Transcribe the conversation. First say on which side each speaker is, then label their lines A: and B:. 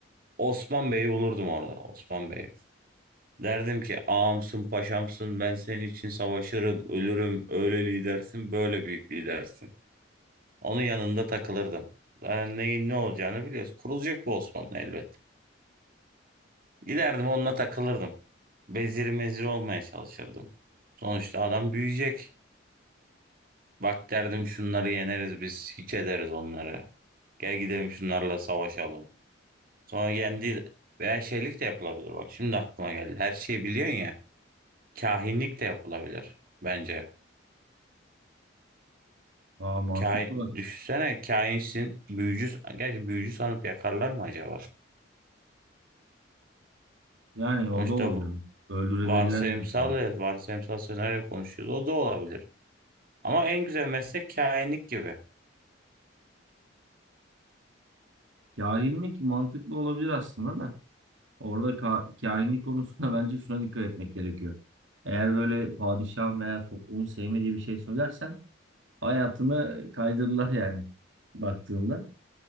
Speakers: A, on the right (about 50°); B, on the right (about 85°).
A: Osman Bey'i bulurdum orada. Osman Bey'i. Derdim ki ağamsın paşamsın ben senin için savaşırım ölürüm öyle lidersin böyle büyük lidersin. Onun yanında takılırdım. Ben neyin ne olacağını biliyoruz. Kurulacak bu Osmanlı elbet. Giderdim onunla takılırdım. Bezir mezir olmaya çalışırdım. Sonuçta adam büyüyecek. Bak derdim şunları yeneriz biz. Hiç ederiz onları. Gel gidelim şunlarla savaşalım. Sonra yendi veya şeylik de yapılabilir. Bak şimdi aklıma geldi. Her şeyi biliyorsun ya. Kahinlik de yapılabilir bence.
B: Aa mantıklı
A: Kahin,
B: bak.
A: düşünsene kahinsin. Büyücü, gerçi büyücü sanıp yakarlar mı acaba?
B: Yani o
A: Sonuçta
B: da olabilir.
A: v-
B: Öldürebilirler
A: varsayımsal,
B: yani. seni.
A: ya, varsayımsal senaryo konuşuyoruz. O da olabilir. Ama en güzel meslek kahinlik gibi.
B: Kahinlik mantıklı olabilir aslında da. Orada ka kahinlik konusunda <laughs> bence şuna dikkat etmek gerekiyor. Eğer böyle padişahın veya toplumun sevmediği bir şey söylersen hayatını kaydırırlar yani baktığında.